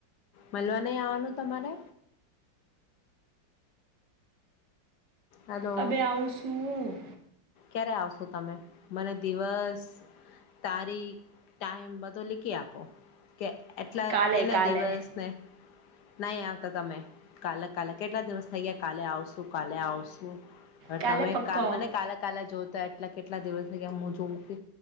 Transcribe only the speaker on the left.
મળલવા નહી આવવાનું તમારે? હલો
ક્યારે આવશો તમે મને દિવસ- - તારીખ ટાઈમ બધો લીખી આપો? કે એટલા
એના
દિવસને- - નહી આવતા તમે કાલે કાલે કેટલા દિવસ થઈ ગયા કાલે આવશુ કાલે આવશું- - પણ
તમે
ક મને કાલે- - કાલે જો તો એટલા કેટલા દિવસ કે હું જોઉં